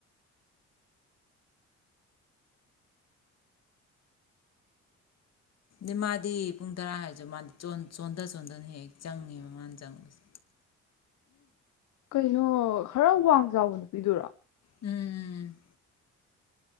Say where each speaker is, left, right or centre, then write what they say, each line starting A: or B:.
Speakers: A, on the left (about 60°); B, on the left (about 75°).
A: ꯑ ꯃꯥꯗꯤ ꯄꯨꯡ ꯇꯔꯥ ꯍꯥꯏꯔꯁꯨ ꯃꯥꯗꯤ ꯆꯣꯟꯊ ꯆꯣꯟꯊꯅ ꯍꯦꯛ ꯍꯦꯛ ꯆꯪꯉꯦꯕ ꯃꯥꯅ ꯆꯪꯕꯁꯦ꯫
B: ꯀꯩꯅꯣ ꯈꯔ ꯋꯥꯡ ꯆꯥꯎꯕ ꯅꯨꯄꯤꯗꯨꯔꯣ꯫
A: ꯎꯝꯝ꯫